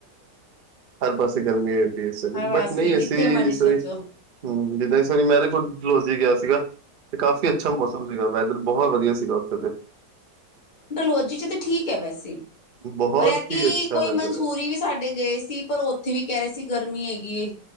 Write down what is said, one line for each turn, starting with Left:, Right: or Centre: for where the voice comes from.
Right: ਹਰ ਪਾਸੇ ਗਰਮੀ ਹੋਈ ਪਈ ਏ ਇਸ ਵਾਰੀ
Left: ਹਰ ਪਾਸੇ
Right: ਬਟ ਨਹੀਂ
Left: ਜਿੱਥੇ
Right: ਅਸੀੇ
Left: ਮਰਜ਼ੀ
Right: ਇਸ
Left: ਚੱਲ
Right: ਵਾਰੀ
Left: ਜਾਓ
Right: ਹਮ ਜਿੱਦਾਂ ਇਸ ਵਾਰੀ ਮੈ ਤੇ ਡਲਹੌਜੀ ਗਿਆ ਸੀਗਾ ਤੇ ਕਾਫ਼ੀ ਅੱਛਾ ਮੌਸਮ ਸੀਗਾ ਵੈਦਰ ਬਹੁਤ ਵਧੀਆ ਸੀਗਾ ਓਥੇ ਤੇ
Left: ਡਲੋਜੀ ਚ ਤੇ ਠੀਕ ਐ। ਵੈਸੇ ਇ
Right: ਬਹੁਤ
Left: ਪਰ ਐਤਕੀ
Right: ਹੀ ਅੱਛਾ
Left: ਕੋਈ
Right: ਵੈਦਰ
Left: ਮਨਸੂਰੀ
Right: ਹੈ।
Left: ਵੀ ਸਾਡੇ ਗਏ ਸੀ ਪਰ ਉੱਥੇ ਵੀ ਕਹਿ ਰਹੇ ਸੀ ਗਰਮੀ ਹੈਗੀ ਏ।